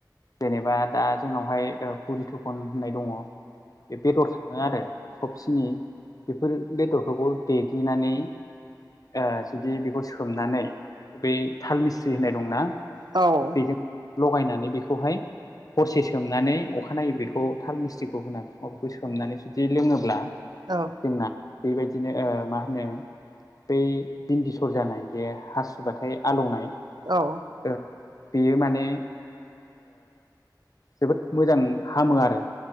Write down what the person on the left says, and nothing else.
जेनेबा दा जोंनावहाय पुरिथखन होननाय दङ। बे बेदर थाङो आरो सबसिनि बेफोर बेदरफोरखौ देग्लिनानै आ जुदि बेखौ सोमनानै बै थाल मिस्रि होननाय दंना
बेजों लगायनानै बेखौहाय हरसे सोमनानै अखानायै बेखौ थाल मिस्थिखौ होना अफिस सोमनानै जुदि लोङोब्ला
जोंना बेबायदिनो मा होनो बै बिन्दि सर जानाय जे हासुुबाथाय आलौनाय।
औ <inaudible> बेयो माने जोबोद मोजां हामो आरो।